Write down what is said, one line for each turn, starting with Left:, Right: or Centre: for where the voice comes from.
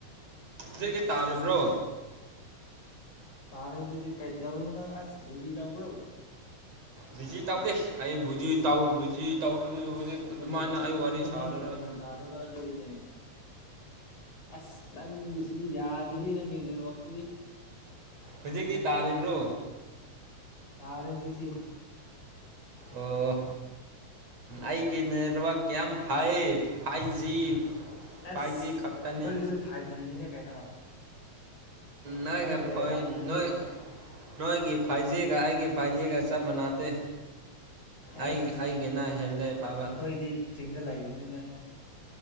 Right: ꯖꯤꯛꯗꯤ ꯇꯥꯔꯤꯕ꯭ꯔꯣ
Left: ꯇꯥꯔꯦ ꯍꯧꯖꯤꯗꯤ ꯀꯩꯗꯎꯔꯤꯁꯤ ꯅꯪ ꯑꯁ ꯕꯤ ꯖꯤ ꯇꯧꯕ꯭ꯔꯣ
Right: ꯕꯤꯖꯤ ꯇꯧꯗꯦ ꯑꯩ ꯕꯨꯖꯤ ꯇꯧ ꯕꯨꯖꯤ ꯇꯧꯔꯨꯗꯤ
Left: ꯑꯁ
Right: ꯍꯧꯖꯤꯛ ꯑꯗꯨꯃꯥꯏꯅ
Left: ꯅꯪꯒꯤ ꯈꯣꯟꯖꯦꯜ
Right: ꯑꯩ ꯋꯥꯔꯤ
Left: ꯑꯗꯨ
Right: ꯁꯥꯍꯜꯂꯔꯣꯏ
Left: ꯅꯪꯒꯤ ꯈꯣꯟꯖꯦꯜ ꯇꯥꯗꯕ ꯑꯗꯨꯒꯤꯅꯦ ꯑꯁ ꯅꯪꯒꯤ ꯗꯤ ꯌꯥꯗꯦ ꯍꯦ ꯅꯪꯦ ꯑꯣꯁꯤꯗꯤ
Right: ꯍꯧꯖꯤꯛꯇꯤ ꯇꯥꯔꯤꯕ꯭ꯔꯣ
Left: ꯇꯥꯔ ꯁꯇ
Right: ꯑꯣ ꯑꯩꯒꯤ ꯅꯦꯠꯋꯥꯛ ꯀꯌꯥꯝ ꯐꯌꯦꯚ ꯐꯥꯏꯚꯖꯤ ꯐꯥꯏꯚꯖꯤ
Left: ꯑꯁ
Right: ꯈꯛꯇꯅꯤ
Left: ꯑꯩꯈꯣꯏꯒꯤꯁꯨ ꯐꯥꯏꯚ ꯖꯤꯅꯤꯅꯦ ꯀꯩꯅꯣ
Right: ꯅꯣꯏꯒ
Left: ꯅꯪꯒꯤ ꯑꯣꯏꯔꯝꯒꯅꯤꯍꯦ
Right: ꯅꯣꯏ ꯅꯣꯏꯒꯤ ꯐꯥꯏꯚ ꯖꯤꯒ ꯑꯩꯒꯤ ꯐꯥꯏꯚꯖꯤꯒ ꯆꯞ ꯃꯥꯟꯅꯇꯦ
Left: ꯑꯁ
Right: ꯑꯩ ꯑꯩꯒꯤꯅ ꯍꯦꯜꯂꯦ ꯐꯕ
Left: ꯑꯩꯈꯣꯏꯗꯤ ꯆꯤꯡꯗ ꯂꯩꯥꯛꯕꯅꯤꯅ